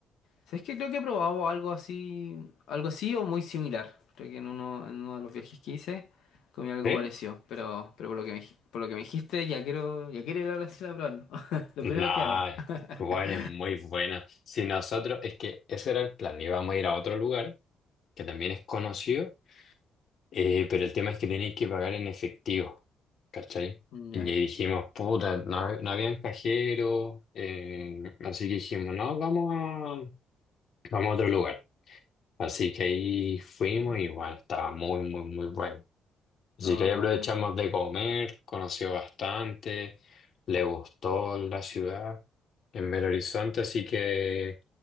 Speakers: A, on the left; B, on the left.
A: ¿sabes qué? Creo que he probado algo así, algo así o muy similar. Creo que en uno, en uno de los viajes que hice comí algo
B: ¿Sí?
A: parecido, pero, pero por lo que me, dij- por lo que me dijiste, ya quiero, ya quiero ir a Brasil a probarlo. <laughs> Lo
B: No,
A: primero que haga. <laughs>
B: Cuba es muy buena. Si nosotros, es que ese era el plan, íbamos a ir a otro lugar que también es conocido, eh, pero el tema es que tenéis que pagar en efectivo, ¿cachai?
A: Ya,
B: Y dijimos, puta, no, no habían cajeros, eh, así que dijimos, no, vamos a, vamos a otro lugar. Así que ahí fuimos y bueno, estaba muy, muy, muy bueno. Así
A: Oh,
B: que ahí
A: qué
B: aprovechamos
A: bueno.
B: de comer, conoció bastante, le gustó la ciudad en Belo Horizonte, así que